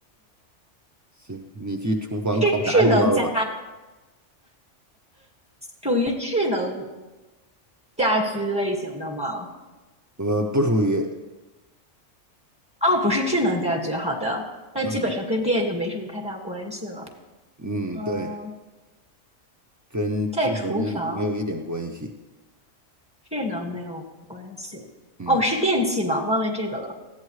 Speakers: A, on the right; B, in the centre.
A: 行，你去厨房考察一圈儿吧。
B: 是智能家，属于智能家居类型的吗？
A: 呃，不属于，
B: 哦，不是智能家居，好的，那基本上跟电就没什么太大关系了。
A: 嗯嗯，
B: 嗯，
A: 对，跟智能没有一点关系，
B: 在厨房，智能没有关系。
A: 嗯，
B: 哦，是电器吗？忘问这个了，